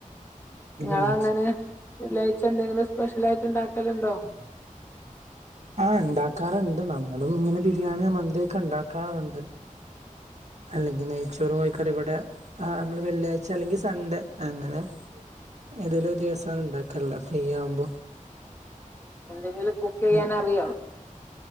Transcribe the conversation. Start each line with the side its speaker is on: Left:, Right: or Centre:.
Left: ഇങ്ങളെങ്ങനെയാ
Right: ഉം ഉം
Left: വെള്ളിയാഴ്ച എന്തെങ്കിലും സ്പെഷ്യലായിട്ട് ഇണ്ടാക്കല്ണ്ടോ
Right: ആഹ് ഇണ്ടാക്കാറ്ണ്ട് നമ്മളും ഇങ്ങനെ ബിരിയാണിയോ മന്തിയൊക്കെ ഇണ്ടാക്കാറുണ്ട് അല്ലെങ്കി നെയ്ച്ചോറും കോയിക്കറിം ഇവടെ ആഹ് ഞമ്മള് വെള്ളിയാഴ്ച അല്ലെങ്കി സൺഡേ അങ്ങനെ ഏതേലൊര് ദിവസാണ് ഇണ്ടാക്കേള്ളെ ഫ്രീയാവുമ്പോ
Left: എന്തെങ്കിലും കുക്കെയ്യാൻ
Right: ഉം.
Left: അറിയോ